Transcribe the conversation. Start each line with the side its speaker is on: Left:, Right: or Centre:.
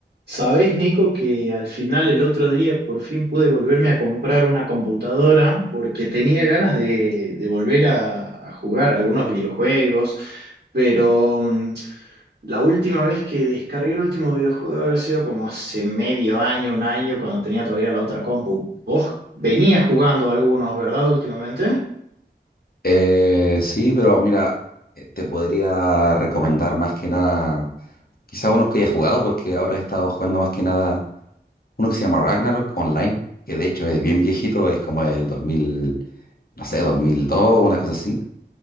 Right: Sabés, Nico, que al final el otro día por fin pude volverme a comprar una computadora porque tenía ganas de, de volver a, a jugar algunos videojuegos, pero mm, la última vez que descargué el último videojuego debe haber sido como hace medio año, un año, cuando tenía todavía la otra compu. Vos venías jugando algunos, ¿verdad? Últimamente.
Left: Eh, sí, pero mira, eh, te podría recomendar más que nada, quizá unos que haya jugado, porque ahora he estado jugando más que nada uno que se llama Ragnarok Online, que de hecho es bien viejito, es como el 2000, no sé, 2002, una cosa así,